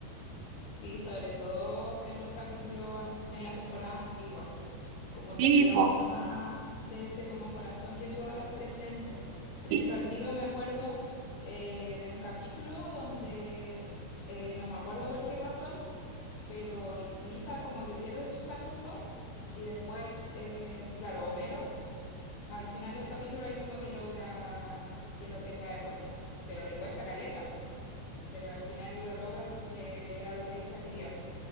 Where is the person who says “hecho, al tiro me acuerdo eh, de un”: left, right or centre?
Left